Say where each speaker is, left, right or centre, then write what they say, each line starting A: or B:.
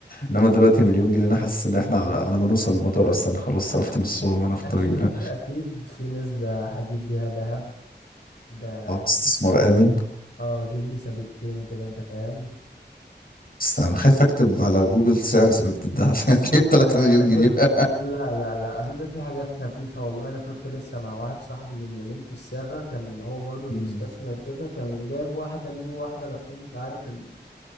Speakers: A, on the left; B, on the left.
A: انما دلوقتي مليون جنيه انا حاسس ان احنا على على ما نوصل المطار اصلا خلاص صرفت نصهم وانا في الطريق
B: أكيد أكيد في نسبة هجيب بيها دهب ده
A: اه استثمار امن
B: اه أجيب لي سبيكتين كده أنت فاهم
A: بس انا خايف اكتب على جوجل سعر سبيكة الذهب <laughs> 3
B: آه، انا كنت
A: مليون جنيه
B: لا لا لا بيبقى في حاجات خفيفه والله انا كنت لسه مع واحد صاحبي من يومين في الصاغه كان هو برضو
A: <laughs>
B: بيستثمر كده كان جايب واحده ليه وواحده لاخوه مش عارف ال...